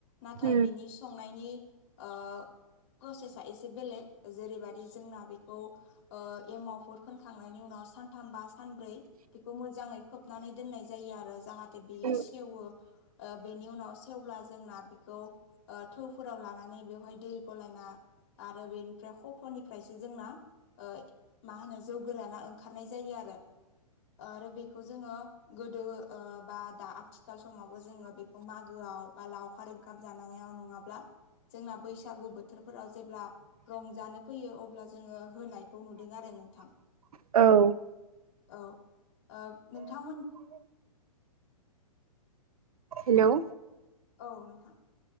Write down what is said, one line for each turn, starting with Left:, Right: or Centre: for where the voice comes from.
Left: नाथाय
Right: औ
Left: बिनि संनायनि ओ प्रसेसा एसे बेलेग जेरैबादि जोंना बेखौ ओ एमावफोर फोनखांनायनि उनाव सानथाम बा सानब्रै बेखौ मोजाङै खोबनानै दोननाय जायो आरो जाहाथे बेयो
Right: औ
Left: सेवो ओ बेनि उनाव सेवब्ला जोंना बेखौ आ थौफोराव लानानै बेवहाय दै गलायना आरो बेनिफ्राय कफ'निफ्रायसो जोंना ओ मा होनो जौ गोराना ओंखारनाय जायो आरो आरो बेखौ जोङो गोदो बा ओ दा आथिखाल समावबो जोङो बेखौ मागोआव बा लावखार ओंखाम जानायाव नङाब्ला जोंना बैसागु बो बोथोरफोराव जेब्ला रंजानो फैयो अब्ला जोङो होनायखौ नुदों आरो नोंथां
Right: औ
Left: औ नोंथांमोन
Right: हेल'
Left: औ नोंथां